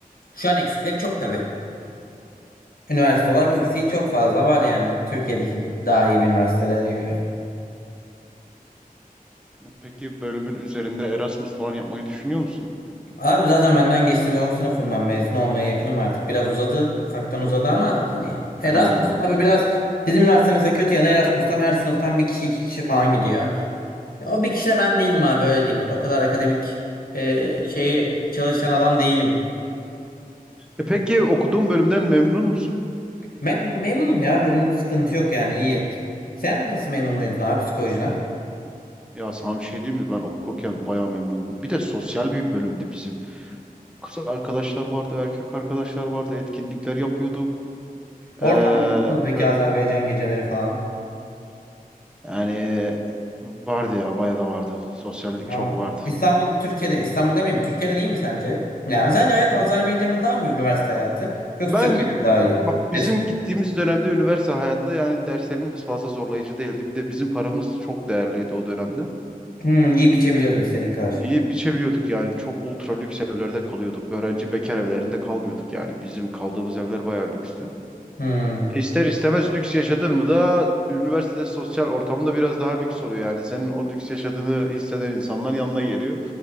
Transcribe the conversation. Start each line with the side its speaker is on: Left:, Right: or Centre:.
Left: Şu an eksikleri çok tabii. Üniversite olarak
Centre: Ya,
Left: eksiği çok fazla var yani Türkiye'deki daha iyi bir üniversitelere göre.
Centre: Peki bölümün üzerinde Erasmus falan yapmayı düşünüyor musun?
Left: Abi zaten benden geçti son sınıfım ben mezun olmaya yakınım artık. Biraz uzadı. Ufaktan uzadı ama hani Erasmus
Centre: He.
Left: abi biraz bizim üniversite mesela kötü yanı Erasmus'tan her sınıftan bir kişi iki kişi falan gidiyor. Ya o bir kişi de ben değilim abi öyle diyeyim. Hani o kadar akademik e, şeyi çalışan adam değilim.
Centre: E peki okuduğun bölümden memnun musun?
Left: Ben memnunum ya bölüm sıkıntı yok yani iyi. Sen nasıl memnun muydun abi psikolojiden?
Centre: Ya sana bir şey diyeyim mi? Ben okurken bayağı memnundum. Bir de sosyal bir bölümdü bizim. Kız arkadaşlar vardı, erkek arkadaşlar vardı. Etkinlikler yapıyorduk.
Left: Ortam
Centre: Ee,
Left: nasıl peki
Centre: e,
Left: Azerbaycan geceleri falan?
Centre: yani vardı ya, bayağı da vardı. Sosyallik
Left: Ha.
Centre: çok vardı.
Left: İstanbul Türkiye'de İstanbul demeyeyim Türkiye'den iyi mi sence? Yani sence hayat Azerbaycan'da daha mı iyi üniversite hayatı? Yoksa
Centre: Ben
Left: Türkiye'de mi daha iyi?
Centre: bak bizim
Left: Bir.
Centre: gittiğimiz dönemde üniversite hayatında yani derslerimiz fazla zorlayıcı değildi. Bir de bizim paramız çok değerliydi o dönemde.
Left: Hmm, yiyip içebiliyordun istediğin kadar.
Centre: iyi biçebiliyorduk yani. Çok ultra lüks evlerde kalıyorduk. Öğrenci bekar evlerinde kalmıyorduk yani. Bizim kaldığımız evler bayağı lükstü.
Left: Hmm,
Centre: İster istemez lüks yaşadın mı da üniversitede sosyal ortamında biraz daha lüks oluyor yani. Senin o lüks yaşadığını hisseden insanlar yanına geliyor.